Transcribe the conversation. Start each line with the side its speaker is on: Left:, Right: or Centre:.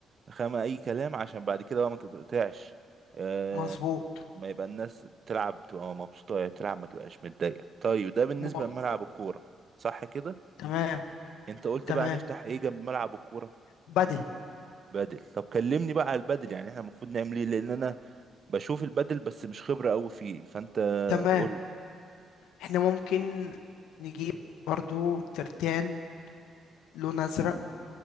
Right: خامة أي كلام عشان بعد كده بقى ما تتقطعش آه،
Left: مظبوط
Right: ما يبقى الناس بتلعب بتبقى مبسوطة وهي بتلعب ما تبقاش متضايقة طيب ده بالنسبة
Left: م...
Right: لملعب الكورة صح كده
Left: تمام
Right: أنت قلت
Left: تمام
Right: بقى نفتح إيه جنب ملعب الكورة
Left: بدل
Right: بدل طب كلمني بقى على البدل يعني احنا المفروض نعمل ايه لأن أنا بشوف البدل بس مش خبرة أوي فيه فأنت
Left: تمام
Right: قول لي
Left: احنا ممكن نجيب برضو ترتان لون ازرق